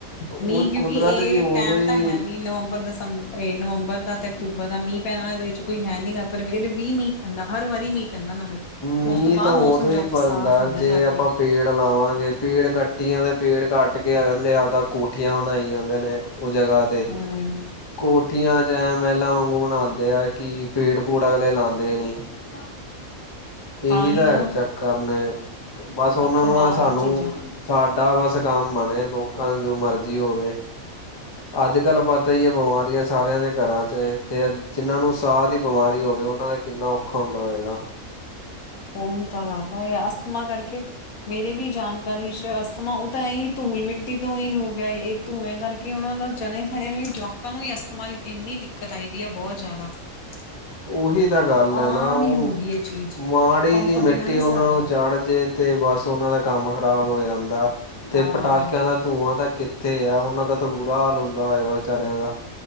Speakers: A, on the left (about 25°); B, on the left (about 75°).
A: ਉਹ
B: ਮੀਂਹ ਕਿਉਂਕਿ
A: ਕੁਦਰਤ
B: ਇਹ
A: ਵੀ ਉਦੋਂ
B: ਟੈਮ
A: ਹੀ
B: ਤਾਂ ਹੈ ਨੀ ਨਵੰਬਰ, ਦਸੰਬਰ। ਇਹ ਨਵੰਬਰ ਦਾ ਤੇ ਅਕਤੂਬਰ ਦਾ ਮੀਂਹ ਪੈਣਾ ਇਹ ਚ ਕੋਈ ਹੈ ਨੀ ਗਾ। ਪਰ ਫਿਰ ਵੀ ਮੀਂਹ ਪੈਂਦਾ ਹਰ ਵਾਰੀ ਮੀਂਹ ਪੈਂਦਾ ਨਾਲੇ।
A: ਮੀਂ
B: ਉਸ ਤੋਂ ਬਾਅਦ
A: ਤਾਂ
B: ਮੌਸਮ
A: ਉਦੋ
B: ਜਾ
A: ਈ ਪ ਪੈਂਦਾ
B: ਸਾਫ਼ ਹੁੰਦਾ
A: ਜੇ
B: ਜਾ
A: ਆਪਾਂ
B: ਕੇ
A: ਪੇੜ ਲਾਵਾਂਗੇ। ਪੇੜ ਕੱਟੀ ਆਂਦੇ ਤੇ ਪੇੜ ਕੱਟ ਕੇ ਅਗਲੇ ਆਪਦਾ ਕੋਠੀਆਂ ਬਣਾਈ ਜਾਂਦੇ ਨੇ ਉਹ ਜਗ੍ਹਾ ਤੇ।
B: ਹੂੰ
A: ਕੋਠੀਆਂ ਚ ਮਹਿਲਾਂ ਵਾਂਗੂ ਮਨਾਉਂਦੇ ਆ ਕਿ ਪੇੜ-ਪੂੜ ਅਗਲੇ ਲਾਉਂਦੇ ਨੀ।
B: <unintelligible>
A: ਇਹੀ
B: ਹੀ
A: ਤਾਂ
B: ਨਾ
A: ਚੱਕਰ
B: ਹੂੰ
A: ਨੇ ਬਸ ਉਹਨਾਂ
B: ਹੱਥੋਂ
A: ਨੂੰ
B: ਬਾਹਰ
A: ਆ ਸਾਨੂੰ
B: ਚੀਜ਼ਾਂ।
A: ਸਾਡਾ ਬਸ ਕੰਮ ਬਣੇ, ਲੋਕਾਂ ਨੂੰ ਜੋ ਮਰਜ਼ੀ ਹੋਵੇ। ਅੱਜ-ਕੱਲ ਪਤਾ ਈ ਹੈ ਬਿਮਾਰੀਆਂ ਸਾਰਿਆਂ ਦੇ ਘਰਾਂ ਚ ਅਤੇ ਜਿਨ੍ਹਾਂ ਨੂੰ ਸਾਹ ਦੀ ਬਿਮਾਰੀ ਹੋਵੇ ਓਨਾਂ ਦਾ ਕਿੰਨਾ ਔਖਾ ਹੁੰਦਾ ਹੋਏਗਾ।
B: ਉਹੀ ਤਾਂ ਗੱਲ ਆ ਇਹ ਅਸਥਮਾ ਕਰਕੇ ਮੇਰੇ ਵੀ ਜਾਣਕਾਰੀ ਚ ਅਸਥਮਾ ਉਹ ਤਾਂ ਇਹੀ ਧੂਲ ਮਿੱਟੀ ਤੋਂ ਈ ਹੋ ਗਿਆ ਏ ਧੂੰਆਂ ਕਰਕੇ ਉਹਨਾਂ ਨੂੰ ਜਣੇ-ਖਣੇ ਨੂੰ ਵੀ ਜਵਾਕਾਂ ਨੂੰ ਈ ਅਸਥਮਾ ਦੀ ਇੰਨੀ ਦਿੱਕਤ ਆਈ ਵੀ ਆ ਬਹੁਤ ਜ਼ਿਆਦਾ। <unintelligible>
A: ਉਹੀ ਤਾਂ ਗੱਲ ਐ
B: ਆਮ
A: ਨਾ ਉਹ
B: ਹੀ ਹੋ ਗਈ ਇਹ ਚੀਜ਼
A: ਮਾੜੀ
B: ਪੰਪ
A: ਜਿਹੀ ਮਿੱਟੀ
B: ਬਿਨਾਂ ਨੀ
A: ਉਹਨਾ
B: ਸਰਦਾ
A: ਨੂੰ ਚ ਚੜ ਜੇ ਤੇ ਬਸ ਉਹਨਾਂ ਦਾ ਕੰਮ ਖ਼ਰਾਬ ਹੋ ਜਾਂਦਾ ਤੇ
B: ਹਾਂ
A: ਪਟਾਕਿਆਂ ਦਾ ਧੂੰਆਂ ਤਾਂ ਤੇ ਹੈ ਉਹਨਾਂ ਦਾ ਤਾਂ ਬੁਰਾ ਹਾਲ ਹੁੰਦਾ ਹੋਏਗਾ ਵਿਚਾਰਿਆਂ ਦਾ